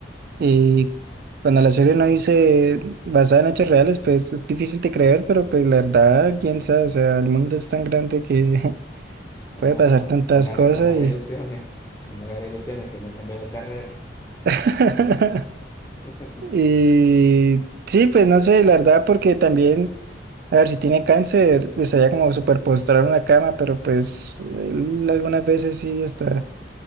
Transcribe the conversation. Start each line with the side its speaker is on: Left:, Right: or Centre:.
Right: Y cuando la serie no dice basada en hechos reales, pues es difícil de creer, pero pues la verdad, quién sabe, o sea, el mundo es tan grande que <laughs>
Left: No,
Right: puede
Left: no,
Right: pasar tantas
Left: no me haga,
Right: cosas
Left: no me haga
Right: y...
Left: ilusiones, no me haga ilusiones que me cambié de carrera.
Right: <laughs>
Left: <laughs>
Right: y sí, pues no sé, la verdad, porque también, a ver, si tiene cáncer, estaría como súper postrado en una cama, pero pues él algunas veces sí está